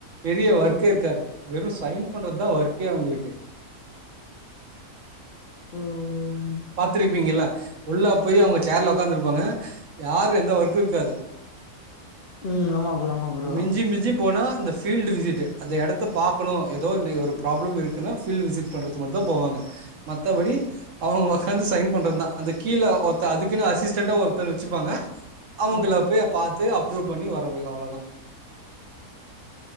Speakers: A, on the right (about 60°); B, on the left (about 55°).
A: பெரிய
B: ம்.
A: ஒர்க்கே இருக்காது வெறு சைன் பண்றதுதா ஒர்க்கே அவுங்களுக்கு
B: ம்
A: பாத்திருப்பீங்கல்ல உள்ளா போய் அவுங்க சேர்ல உக்காந்திருப்பாங்க யாரு எந்த ஒர்க்கு இருக்காது
B: ம் ஆமா ப்ரோ ஆமா ப்ரோ.
A: மிஞ்சி மிஞ்சி போனா இந்த ஃபீல்டு விசிட்டு் அந்த எடத்த பாக்கணு எதோ இ ஒரு ப்ராப்ளம் இருக்குன்னா ஃபீல்டு விசிட் பண்றது மட்டுந்தா போவாங்க மத்தபடி அவுங்க உக்காந்து சைன் பண்றதா அந்த கீழ நா அதுக்குன்னு அசிஸ்டன்ண்டா ஒருத்தன வெச்சிருப்பாங்க அவுங்கள
B: ஆ
A: போய் பாத்து அப்ரூவ் பண்ணி வர அவ்ளோதா